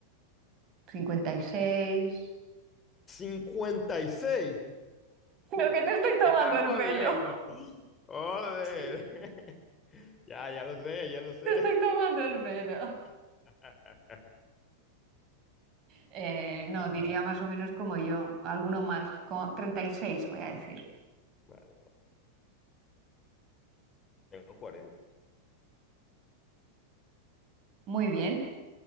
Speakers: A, on the right; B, on the left.
A: 56. <laughs>
B: 56.
A: No, que te estoy tomando
B: Me Estás
A: el
B: jodiendo.
A: pelo.
B: Joder.
A: <laughs> Sí,
B: <laughs> Ya, ya lo sé, ya lo sé.
A: te estoy tomando el pelo.
B: <laughs>
A: Eh, no, diría
B: Ah,
A: más o menos como yo, alguno más, como 36, voy a decir.
B: Vale, vale. Tengo 40.
A: Muy bien,